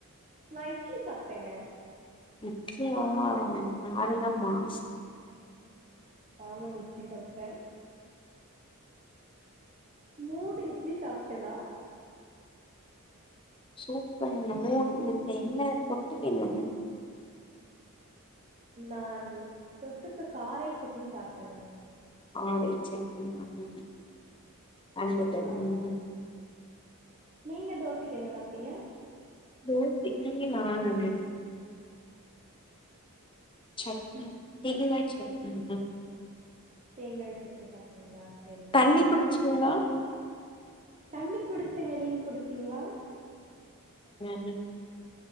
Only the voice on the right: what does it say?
நா இட்லி சாப்ட்டேங்க
ஆமாங்க இட்லி சாப்ட்டே மூணு இட்லி சாப்ட்டே நா
நான் தொட்டுக்க காரை சட்னி சாப்ட்டேங்க
ஆமாங்க நீங்க தோசைக்கி என்ன சாப்ட்டீங்க
தேங்காய் சட்னி சாப்ட்டீங்களா சேரிங்க
தண்ணி குடிச்சேங்க நீங்க குடிச்சீங்ளா